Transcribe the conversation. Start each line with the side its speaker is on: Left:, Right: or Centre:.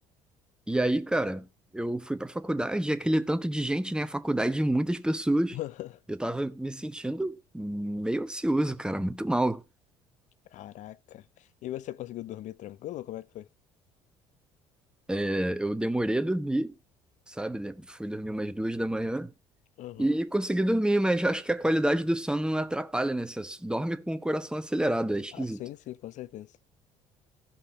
Centre: e aí, cara, eu fui pra faculdade, e aquele tanto de gente, né? A faculdade de muitas pessoas.
Left: <laughs>
Centre: Eu tava me sentindo meio ansioso, cara, muito mal.
Left: Caraca. E você conseguiu dormir tranquilo? Como é que foi?
Centre: É, eu demorei a dormir, sabe? né, Fui dormir umas duas da manhã
Left: Uhum.
Centre: e consegui dormir, mas acho que a qualidade do sono atrapalha, né? Você dorme com o coração acelerado, é esquisito.
Left: Ah, sim, sim, com certeza.